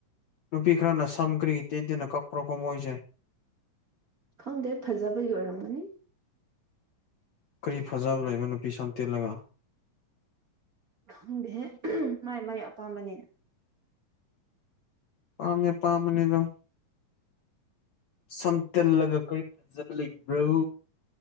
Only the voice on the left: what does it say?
ꯅꯨꯄꯤ ꯈꯔꯅ ꯁꯝ ꯀ꯭ꯔꯤꯒꯤ ꯇꯦꯟ ꯇꯦꯟꯅ ꯀꯛꯄ꯭ꯔꯣ ꯀꯣ ꯃꯣꯢꯖꯦ
ꯀꯔꯤ ꯐꯖꯕ ꯂꯩꯕ ꯅꯨꯄꯤ ꯁꯥꯝ ꯇꯦꯜꯂꯒ
ꯄꯥꯝꯃꯦ ꯄꯥꯝꯕꯅꯦꯗꯣ ꯁꯝ ꯇꯦꯛꯂꯒ ꯀꯔꯤ ꯐꯖꯕ ꯂꯩꯕ꯭ꯔꯣ